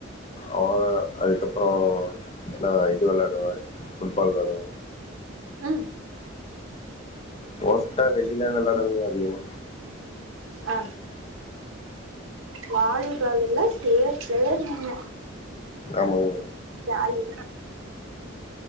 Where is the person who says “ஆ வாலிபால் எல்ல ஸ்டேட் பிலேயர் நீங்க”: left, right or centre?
Right